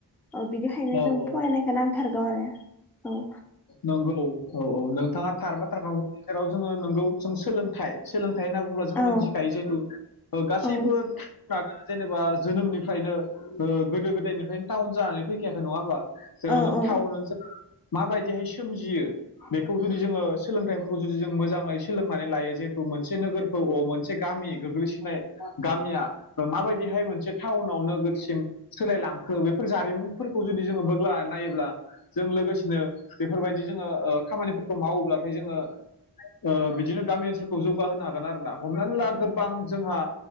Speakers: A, in the centre; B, on the left (about 55°).
A: औ बिनिखायनो
B: औ
A: जों
B: औ
A: फरायनायखौ नांथारगौ आरो औ
B: नंगौ औ औ नोंथाङा थारबाथ्राखौेसेराव जोङो नोंगौ जों सोलों थाय सोलोंथाय होनना बुब्ला जों
A: औ
B: मिथिखायो जिहेथु ओ गासैबो
A: औ
B: जेनेबा जोनोमनिफ्रायनो गोदो ओ गोदायनिफ्रायनो टाउन जानानै फैखायाखै नङा होमबा? जेराव
A: औ
B: जों
A: औ
B: टाउन ओनसोलाव माबायदिहाय सोमजियो बेखौ जुदि जोङो सोलोंथाइफोरखौ जुदि जों मोजाङै सोलोंनानै लायो जिहेथु मोनसे नोगोर औ औ मोनसे गामि गोग्लैसोनाय गामिया ओ माबायदिहाय मोनसे टाउनाव नोगोरसिम सोलायलांखो बेफोर जारिमिनफोरखौ जुदि जोङो बोगलानानै नायोब्ला जों लोगोसे नो बेफोरबायदि जोङो ओ खामानिफोरखौ मावोब्लाथाय जोङो ओ बिदिनो गामि ओनसोलखौ जौगाहोनो हागोन आरोना हमनानै ला गोबां जोंहा